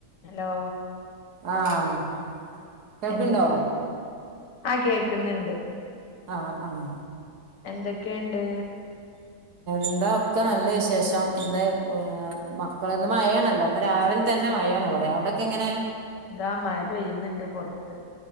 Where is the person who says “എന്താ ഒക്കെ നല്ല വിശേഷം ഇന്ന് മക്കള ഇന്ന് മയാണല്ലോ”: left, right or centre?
Right